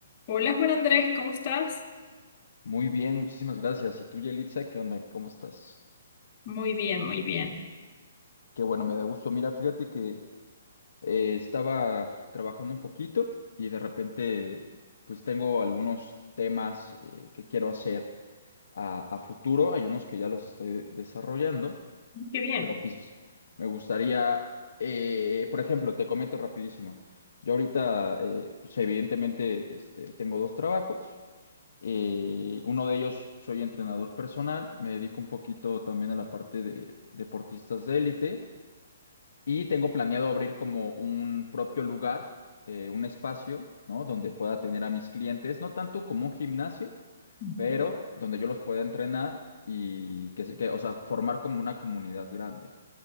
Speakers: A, on the left (about 45°); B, on the left (about 70°).
A: Hola Juan Andrés, ¿cómo estás?
B: Muy bien, muchísimas gracias. ¿Y tú, Yelitza, qué onda? ¿Cómo estás?
A: Muy bien, muy bien.
B: Qué bueno, me da gusto. Mira, fíjate que eh, estaba trabajando un poquito y de repente, pues tengo algunos temas eh, que quiero hacer a, a futuro. Hay unos que ya los estoy desarrollando,
A: Qué bien.
B: pero pues me gustaría, eh, por ejemplo, te comento rapidísimo. Yo ahorita, eh, pues evidentemente, este, tengo dos trabajos. Eh, uno de ellos soy entrenador personal, me dedico un poquito también a la parte de deportistas de élite y tengo planeado abrir como un propio lugar, eh, un espacio, ¿no? Donde pueda tener a mis clientes, no tanto como un gimnasio,
A: Ujú.
B: pero donde yo los pueda entrenar y que, se- que, o sea, formar como una comunidad grande.